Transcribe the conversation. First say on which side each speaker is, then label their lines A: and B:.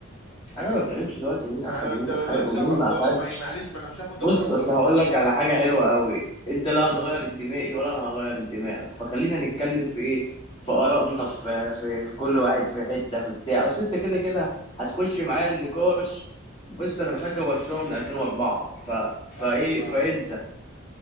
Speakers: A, on the left; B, on the left.
A: انا ما بتكلمش دلوقتي مين
B: ما
A: اخد ومين
B: انت مالكش
A: اخد ومين
B: دعوه بارقام
A: ما اخدش
B: ما هي معلش ما انا مش هاخد دوري
A: بص
B: ابطال
A: اصل
B: وانا
A: هقول
B: ما بعرفش
A: لك
B: العب
A: على حاجه حلوه قوي انت لا هتغير انتمائي ولا انا هغير انتمائك فخلينا نتكلم في ايه في ارائنا في في في كل واحد في حته في بتاع اصل انت كده كده هتخش معايا النقاش بص انا بشجع
B: ما كانش
A: برشلونه
B: مدريد
A: من 2004 ف فايه
B: ايوه فاهمك
A: فانسى
B: فاهمك